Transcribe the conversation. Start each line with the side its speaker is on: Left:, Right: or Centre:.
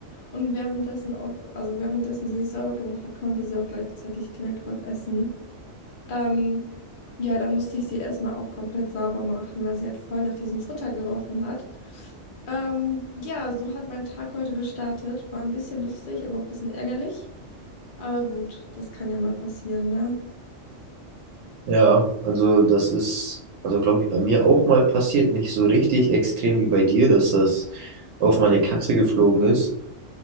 Left: Und währenddessen auch, also währenddessen sie sich sauber gemacht hat, konnte sie auch gleichzeitig direkt was essen. Ähm, ja, dann musste ich sie erstmal auch komplett sauber machen, weil sie halt voll nach diesem Futter gerochen hat. Ähm, ja, so hat mein Tag heute gestartet. War ein bisschen lustig, aber auch ein bisschen ärgerlich. Aber gut, das kann ja mal passieren, ne?
Right: Ja, also das ist, also glaube ich, bei mir auch mal passiert, nicht so richtig extrem wie bei dir, dass das auf meine Katze geflogen ist.